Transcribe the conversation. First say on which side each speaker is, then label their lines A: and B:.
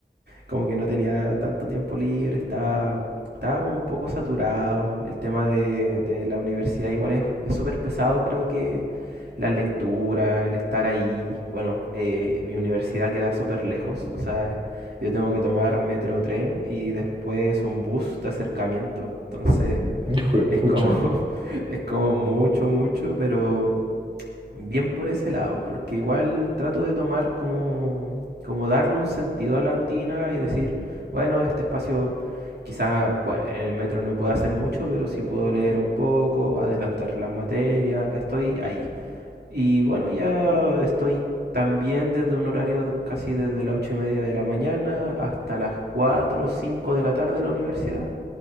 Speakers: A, on the right; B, on the right.
A: como que no tenía tanto tiempo libre, estaba, estaba como un poco saturado. El tema de, de la universidad igual es, es súper pesado, creo que la lectura, el estar ahí. Bueno, eh, mi universidad queda súper lejos, o sea, yo tengo que tomar metro tren y después un bus de acercamiento. Entonces
B: Hijo de pucha.
A: es como, <laughs> es como mucho, mucho, pero bien por ese lado, porque igual trato de tomar como, como darle un sentido a la rutina y decir, bueno, este espacio quizá bueno, en el metro no pueda hacer mucho, pero sí puedo leer un poco, adelantar las materias, estoy ahí. Y bueno, ya estoy también desde un horario casi desde las ocho y media de la mañana hasta las 4 o 5 de la tarde en la universidad.